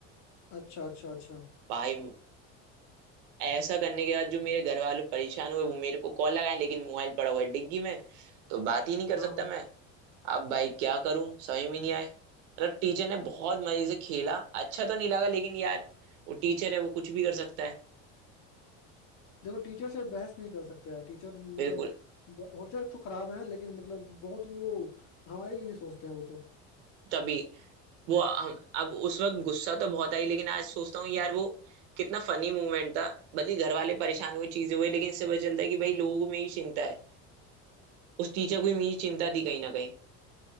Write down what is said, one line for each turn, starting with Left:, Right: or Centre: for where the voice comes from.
Left: अच्छा अच्छा अच्छा
Right: भाई ऐसा करने के बाद जो मेरे घर वाले परेशान हुए वो मेरे को कॉल लगाए लेकिन मोबाइल पड़ा हुआ है डिग्गी में तो बात ही नहीं कर
Left: हाँ
Right: सकता
Left: हाँ
Right: मैं अब भाई क्या करूं समझ में नहीं आए मतलब टीचर ने बहुत मजे से खेला अच्छा तो नहीं लगा लेकिन यार वो टीचर है वो कुछ भी कर सकता है
Left: देखो टीचर से बहस नहीं कर सकते यार टीचर मतलब
Right: बिल्कुल
Left: ब- होते तो खराब हैं लेकिन मतलब बहुत वो हमारे लिए ही सोचते हैं वो तो
Right: तभी वो हम अब उस वक्त गुस्सा तो बहुत आई लेकिन आज सोचता हूँ यार वो कितना फनी मूवमेंट था भले घर वाले परेशान हुए चीजें हुए लेकिन इससे पता चलता है कि भाई लोगों में ही चिंता है उस टीचर को भी मेरी चिंता थी कहीं ना कहीं